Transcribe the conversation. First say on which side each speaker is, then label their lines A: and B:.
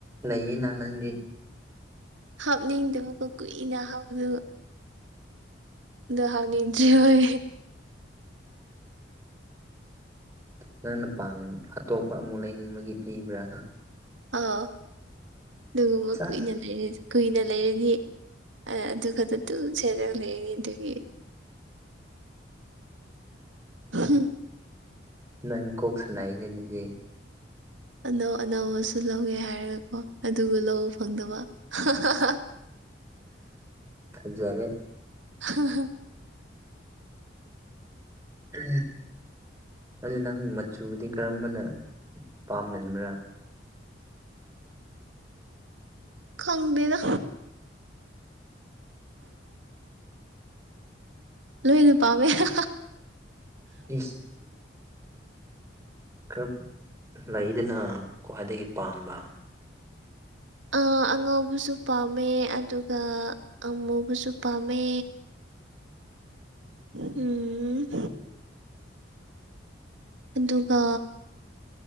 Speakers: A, on the right (about 15°); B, on the right (about 85°).
A: ꯂꯩꯌꯦ ꯂꯅꯥꯪꯗꯤꯦ
B: ꯍꯥꯞꯅꯤꯡꯗꯕꯀꯣ ꯀꯨꯏꯅ ꯍꯥꯎꯗꯕ ꯗꯍꯥꯎ ꯂꯤꯗ꯭ꯔꯤ ꯑꯣꯏ
A: ꯅꯪꯅ ꯄꯥꯡ ꯑꯇꯣꯞꯄ ꯑꯃꯨꯛ ꯂꯩꯅꯤꯡꯕꯒꯤ ꯄꯤꯕ꯭ꯔꯥ
B: ꯑꯧ ꯑꯗꯨꯒꯨꯝꯕ
A: ꯆꯁ
B: ꯀꯨꯏꯅ ꯂꯩꯔꯦꯗ <unintelligible> ꯀꯨꯏꯅ ꯂꯩꯔꯅꯤ ꯑꯗꯨ ꯈꯛꯇ ꯇꯨ ꯁꯦꯠꯂꯒ ꯂꯩꯔꯅꯤ ꯑꯗꯨꯒꯤ ꯎꯝ
A: ꯅꯪ ꯀꯣꯒꯁꯅꯅꯦ ꯅꯗꯤ
B: ꯑꯅꯧ ꯑꯅꯧꯕꯁꯨ ꯂꯧꯋꯦ ꯍꯥꯏꯔꯒꯀꯣ ꯑꯗꯨꯒ ꯂꯧꯕ ꯐꯪꯗꯕ <unintelligible>
A: ꯍꯖꯔꯦ
B: ꯍ ꯍ <unintelligible>
A: ꯀ ꯑꯗꯨꯗ ꯅꯪ ꯃꯆꯨꯗꯤ ꯀꯔꯝꯕꯅ ꯄꯥꯝꯒꯟꯕ꯭ꯔꯥ
B: ꯈꯪꯗꯅ ꯂꯣꯏꯅ ꯄꯥꯝꯃꯦꯔ
A: ꯏꯁ <unintelligible> ꯈꯔ ꯂꯩꯗꯅ ꯈ꯭ꯋꯥꯏꯗꯒꯤ ꯄꯥꯝꯕ
B: ꯑ ꯑꯉꯧꯕꯁꯨ ꯄꯥꯝꯃꯦ ꯑꯗꯨꯒ ꯑꯃꯨꯕꯁꯨ ꯄꯥꯝꯃꯦ
A: <inaudible>
B: ꯎꯝ ꯑꯗꯨꯒ